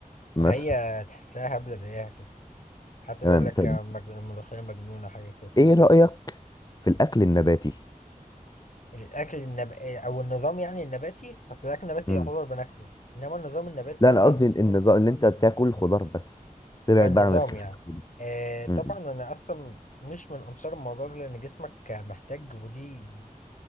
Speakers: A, on the left; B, on the left.
A: مثلا
B: وهي تحسها هبله زيها كده حتى
A: تمام
B: بيقول لك
A: طب
B: مج... ملوخيه مجنونه حاجه كده
A: إيه رأيك في الأكل النباتي؟
B: الاكل النب... او النظام يعني النباتي اصل الاكل النباتي
A: مم.
B: يعتبر بناكله انما النظام النباتي
A: لا
B: طبعا
A: أنا قصدي النظام اللي أنت تاكل خضار بس تبعد
B: آه، النظام
A: بقى عن الخير
B: يعني آه طبعا
A: مم.
B: انا اصلا مش من انصار الموضوع ده لان جسمك محتاج ودي